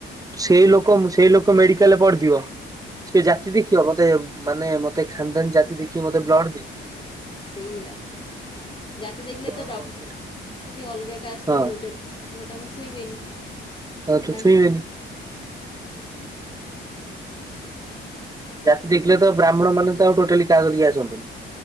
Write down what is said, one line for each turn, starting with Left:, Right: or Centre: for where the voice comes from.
Right: ସେଇ ଲୋକ ସେଇ ଲୋକ ମେଡିକାଲରେ ପଡ଼ିଥିବ। ସେ ଜାତି ଦେଖିବ ମୋତେ, ମାନେ ମତେ ଖାନଦାନ ଜାତି ଦେଖି ମତେ ବ୍ଲଡ ଦିଅ।
Left: ସେଇଆ, ଯାତି ଦେଖିଲେ
Right: ବ୍ଲଡ
Left: <inaudible>
Right: ଅର୍ଜେଣ୍ଟ
Left: ଅଲଗା କାଷ୍ଟ
Right: ହଁ
Left: ବି ରହୁଛନ୍ତି। ତ ତ ଛୁଇଁବେନି।
Right: ଓକେ,
Left: ତାଙ୍କ
Right: ଛୁଇବେନି। ଜାତି ଦେଖିଲେ ତ ବ୍ରାହ୍ମଣ ମାନେ ଆଉ ଟୋଟାଲି କା କତି ଆସନ୍ତିନି।